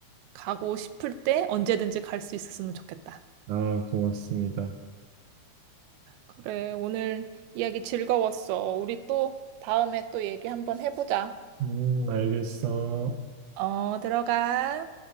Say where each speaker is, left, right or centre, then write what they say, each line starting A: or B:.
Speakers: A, on the right; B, on the right.
A: 가고 싶을 때 언제든지 갈 수 있었으면 좋겠다.
B: 아, 고맙습니다.
A: 그래, 오늘 이야기 즐거웠어. 우리 또 다음에 또 얘기 한번 해보자.
B: 음, 알겠어.
A: 어, 들어가.